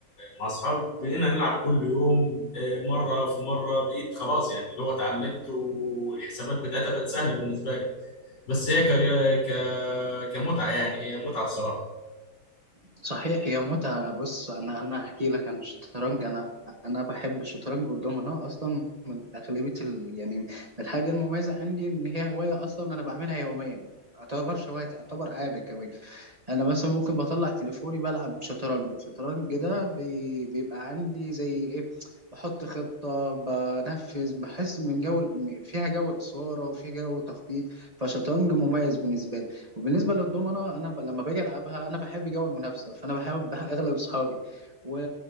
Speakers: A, on the left; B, on the right.
A: مع اصحابي بقينا نلعب كل يوم آه، مرة في مرة بقيت خلاص يعني اللي هو اتعلمت والحسابات بتاعتها بقت سهلة بالنسبة لي بس هي كري... ك... كمتعة يعني هي متعة بصراحة
B: صحيح هي متعة بص أنا أنا هحكي لك عن الشطرنج أنا أنا بحب الشطرنج والدومينو أصلا من أغلبية ال... يعني من الحاجة المميزة عندي إن هي هواية أصلا أنا بعملها يوميا ما تعتبرش هواية تعتبر عادة كمان انا مثلا ممكن بطلع تليفوني بلعب شطرنج الشطرنج ده بي- بيبقى عندي زي ايه بحط خطة بنفذ بحس من جو م- فيها جو إثارة وفيها جو تخطيط فشطرنج مميز بالنسبة لي وبالنسبة للضمنة أنا ب... لما باجي ألعبها أنا بحب جو المنافسة فأنا بحاول بح- <laughs> أغلب أصحابي و...